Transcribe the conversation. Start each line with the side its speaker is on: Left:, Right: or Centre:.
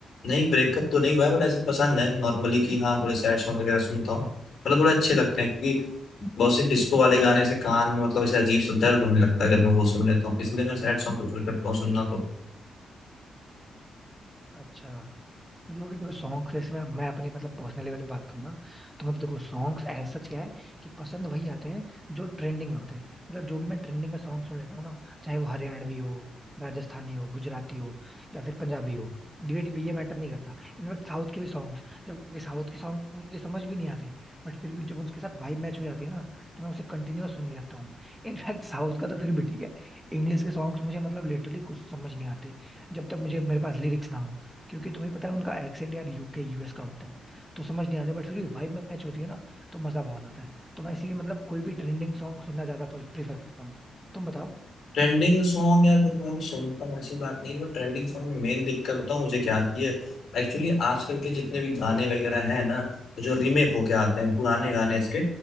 Left: नहीं ब्रेकअप तो नहीं हुआ है बट ऐसे पसंद है नॉर्मली कि हाँ थोड़े सैड सॉन्ग वगैरह सुनता हूँ मतलब थोड़े अच्छे लगते हैं क्योंकि बहुत से डिस्को वाले गाने से कान में मतलब ऐसे अजीब सा दर्द होने लगता है अगर मैं वो सुन लेता हूँ इसलिए मैं सैड सॉन्ग प्रेफर करता हूँ सुनना तो
Centre: अच्छा मतलब अगर देखो सॉन्ग्स जैसे मैं मैं अपने मतलब पर्सनल लेवल पे बात करूँ ना तो मुझे देखो सॉन्ग्स एज सच क्या है कि पसंद वही आते हैं जो ट्रेंडिंग में होते हैं मतलब जो भी मैं ट्रेंडिंग में सॉन्ग सुन लेता हूँ ना चाहे वो हरियाणवी हो राजस्थानी हो गुजराती हो या फिर पंजाबी हो डिवेटिव ये मैटर नहीं करता इनफैक्ट साउथ के भी सॉन्ग्स जबकि साउथ के सॉन्ग मुझे समझ भी नहीं आते बट फिर भी जब उसके साथ वाइब मैच हो जाती है ना तो मैं उसे कंटिन्यूअस सुनने लगता हूँ इनफैक्ट साउथ का तो फिर भी ठीक है इंग्लिश के सॉन्ग्स मुझे मतलब लिटरली कुछ समझ नहीं आते जब तक मुझे मेरे पास लिरिक्स ना हो क्योंकि तुम्हें पता है उनका एक्सेंट यार यूके यूएस का होता है तो समझ नहीं आता बट फिर भी वाइब मैच होती है ना तो मजा बहुत आता है तो मैं इसीलिए मतलब कोई भी ट्रेंडिंग सॉन्ग सुनना ज्यादा प्रेफर करता हूँ तुम बताओ
Left: ट्रेंडिंग सॉन्ग यार देखो मैं भी सुनता हूँ ऐसी बात नहीं है बट ट्रेंडिंग सॉन्ग में मेन दिक्कत बताऊँ मुझे क्या आती है एक्चुअली आजकल के जितने भी गाने वगैरह हैं ना जो रीमेक होके आते हैं पुराने गाने इसके